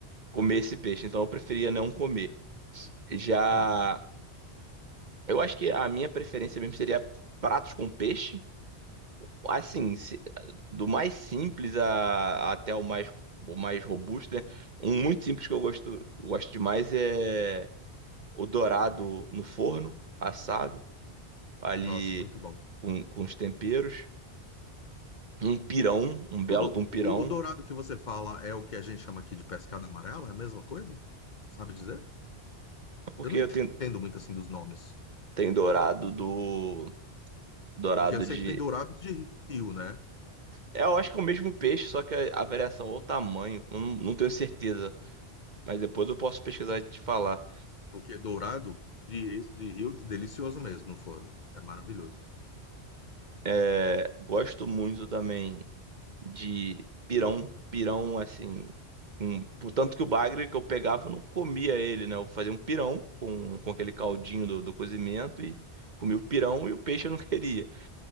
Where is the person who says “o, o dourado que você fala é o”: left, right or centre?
Left